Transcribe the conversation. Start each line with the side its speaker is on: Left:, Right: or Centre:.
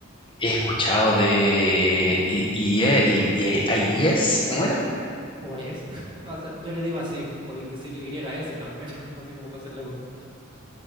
Left: he escuchado de IES, y, y, y- y- IES, ¿cómo
Right: o es. <laughs> O sea, yo le digo así, podéis decirle Y S también, <laughs> así como para hacerla corta.